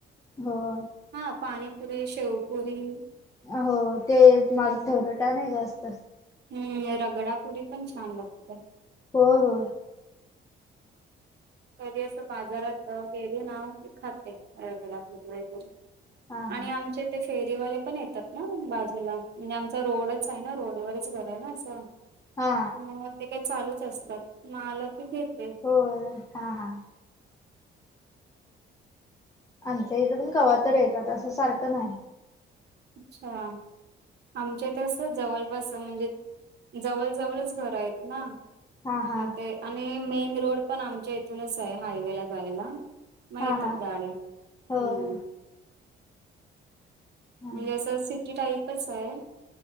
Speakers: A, on the left; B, on the right.
A: होय.
B: हा पाणीपुरी, शेवपुरी.
A: हो ते
B: छान
A: माझ फेवरेट आहे नाही जास्त.
B: हम्म रगडापुरी पण छान लागते.
A: हो हो.
B: कध असं बाजारात गेली ना की खाते रगडापुरी वगैरे.
A: हा हा
B: आणि आमचे ते फेरीवाले पण येतात ना बाजूला म्हणजे आमचा रोडच आहे ना रोडवरच घर आहे ना. <unintelligible>
A: हा
B: म ते काय चालूच असतात मग आलं की घेते.
A: हो, हा हा. आमच्या इथं पण कवा तर येतात असं सारखं नाही.
B: अच्छा! आमच्या इथ कस जवळ बस म्हणजे, जवळ जवळच घर आहेत ना,
A: हा हा
B: मग ते आणि मेन रोड पण आमच्या इथूनच आहे हायवे ला जायला. म येतात
A: हा हा
B: गाड्या,
A: होय
B: हम्म.
A: हा
B: म्हणजे असं सिटी टाईपच आहे.